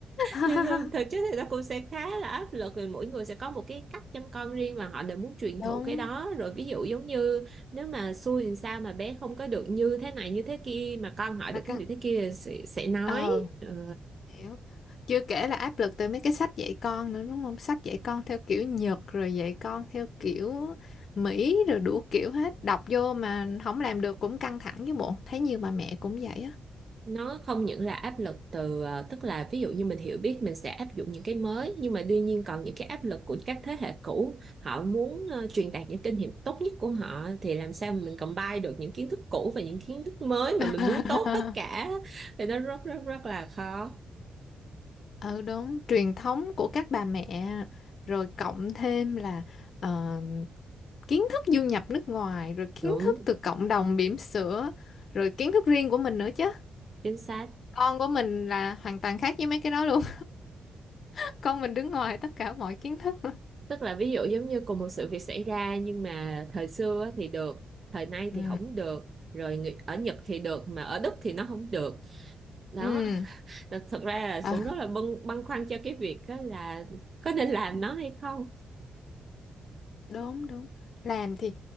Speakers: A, on the left; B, on the right.
A: <laughs>
B: Thì thực chất thì nó cũng sẽ khá là áp lực vì mỗi người sẽ có một cái cách chăm con riêng mà họ đều muốn truyền thụ
A: đúng
B: cái đó. Rồi ví dụ giống như nếu mà xui thì sao mà bé không có được như thế này như thế kia mà con hỏi
A: là
B: được
A: căng
B: cái này thế kia thì sẽ, sẽ nói.
A: ờ
B: Ừ.
A: Hiểu. Chưa kể là áp lực từ mấy cái sách dạy con nữa đúng không? Sách dạy con theo kiểu Nhật rồi dạy con theo kiểu Mỹ rồi đủ kiểu hết. Đọc vô mà không làm được cũng căng thẳng với bộ. Thấy nhiều bà mẹ cũng vậy á.
B: nó không những là áp lực từ ờ, tức là ví dụ như mình hiểu biết mình sẽ áp dụng những cái mới nhưng mà tuy nhiên còn những cái áp lực của các thế hệ cũ họ muốn ờ, truyền đạt những kinh nghiệm tốt nhất của họ thì làm sao mà mình combine được những kiến thức cũ và những kiến thức mới
A: <laughs>
B: mà mình muốn tốt tất cả thì nó rất rất rất là khó
A: Ừ đúng, truyền thống của các bà mẹ rồi cộng thêm là ờ, kiến thức du nhập nước ngoài rồi kiến
B: đúng
A: thức từ cộng đồng bỉm sữa rồi kiến thức riêng của mình nữa chứ.
B: chính xác
A: Con của mình là hoàn toàn khác với mấy cái đó luôn. <laughs> Con mình đứng ngoài tất cả mọi kiến thức.
B: tức là ví dụ giống như cùng một sự việc xảy ra nhưng mà thời xưa á thì được thời nay
A: Ừ.
B: thì không được rồi người- ở Nhật thì được mà ở Đức thì nó không được đó
A: Ừ,
B: Thật, thật ra là
A: ờ,
B: Xuân rất là băn, băn khoăn cho cái việc đó là có nên làm nó hay không.
A: đúng đúng. Làm thì